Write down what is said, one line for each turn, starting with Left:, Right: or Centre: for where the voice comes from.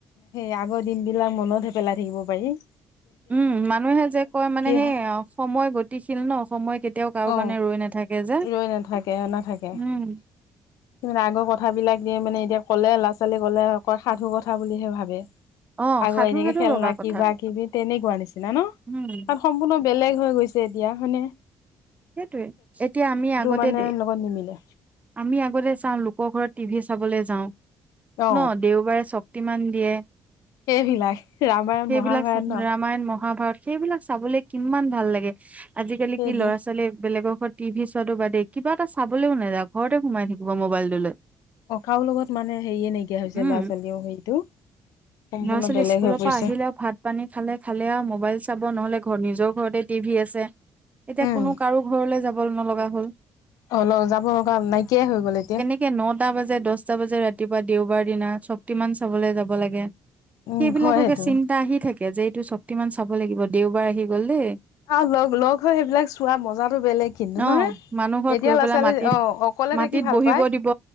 Left: সেই আগৰ দিন বিলাক মনতে হে পেলাই থাকিব পাৰিম
Right: উম মানুহে যে কয় মানে সেই
Left: হয়
Right: অ সময় গ গতিশীল ন সময় কেতিয়াও কাৰো
Left: অ
Right: কাৰণে ৰৈ নাথাকে যে
Left: ৰৈ নাথাকে নাথাকে
Right: উম
Left: <unintelligible> আগৰ কথাবিলাক দিয়ে মানে এতিয়া ক'লে ল'ৰা ছোৱালী ক'লে অকল সাধু কথা বুলিহে ভাবে
Right: অ',
Left: আগৰ
Right: সাধু
Left: এনেকে
Right: সাধু
Left: খেলনা
Right: লগা কথা
Left: কিবা কিবি তেনেকুৱা নিচিনা ন কাৰণ
Right: উম,
Left: সম্পূৰ্ণ বেলেগ হৈ গৈছে তেতিয়া মানে
Right: সেইটোৱে এতিয়া আমি আগতে
Left: মানে
Right: দে
Left: লগত নিমিলে
Right: আমি আগতে চাওঁ লোকৰ ঘৰত টিভি চাবলে যাওঁ
Left: অ
Right: ন দেওবাৰে চক শক্তিমান দিয়ে
Left: সেইবিলাক ৰামায়ণ
Right: সেইবিলাক
Left: মহাভাৰত
Right: চাও
Left: ন
Right: ৰামায়ণ মহাভাৰত সেইবিলাক চাবলে কিমান ভাল লাগে আজিকালি
Left: সেইটোৱে
Right: কি ল'ৰা ছোৱালী বেলেগৰ ঘৰত টিভি চোৱাটো বাদেই কিবা এটা চাবলৈও নাযায় ঘৰতে সোমাই থাকিব মোবাইলটো লৈ
Left: অ কাৰো লগত মানে হেৰিয়ে নাইকিয়া হৈছে
Right: উম
Left: ল'ৰা ছোৱালীয়ৰ হেৰিটো সম্পূৰ্ণ
Right: ল'ৰা ছোৱলী
Left: বেলেগ
Right: স্কুলৰ
Left: হৈ পৰিছে।
Right: পৰা আহিলে ভাত ভাত পানী খালে খালে আউ মোবাইল চাব নহলে ঘৰ নিজৰ ঘৰতে টিভি আছে এতিয়া
Left: উম
Right: কোনো কাৰো ঘৰলে যাব নলগা হল
Left: অ লগ যাব লগা নাইকিয়াই হৈ গ'ল এতিয়া
Right: এ নটা বাজে দছটা বাজে ৰাতিপুৱা দেওবাৰ দিনা শক্তিমান চাবলে যাব লাগে
Left: উম
Right: সেইবিলাককে
Left: হয় সেইটো
Right: চিন্তা আহি থাকে যে এইটো শক্তিমান চাব লাগিব দেওবাৰ আহি গল দেই
Left: আউ লগ লগ হৈ সেইবিলাক চোৱা মজাতো বেলেগ কিন্তু
Right: অ
Left: নহয়।
Right: মানুহৰ
Left: এতিয়া
Right: ঘৰত গৈ
Left: ল'ৰা
Right: পেলাই
Left: ছোৱালী
Right: মাটিত
Left: অ অকলে
Right: মাটিত
Left: থাকি ভাল
Right: বহিব
Left: পায়
Right: দিব